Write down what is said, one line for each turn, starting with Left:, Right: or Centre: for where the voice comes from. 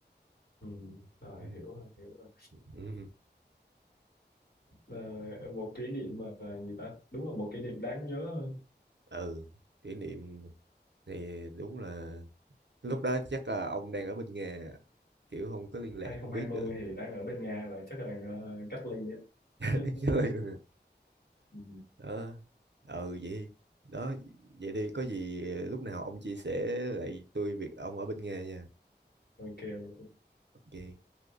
Left: ừ rồi
Right: ừ,
Left: hiểu rồi hiểu rồi
Right: ừ
Left: Ờ, một kỷ niệm mà gì ta đúng là một kỷ niệm đáng nhớ
Right: ừ, kỷ niệm thì đúng là lúc đó chắc là ông đang ở bên nhà kiểu không có liên
Left: 2020
Right: lạc không biết được
Left: thì đang ở bên Nga rồi chắc là đang ờ, cách ly á.
Right: <laughs> đang chơi
Left: <laughs>
Right: được
Left: ừ.
Right: đó ừ vậy đó vậy đi có gì lúc nào ông chia sẻ lại tôi việc ông ở bên nhà nha
Left: Ok
Right: ok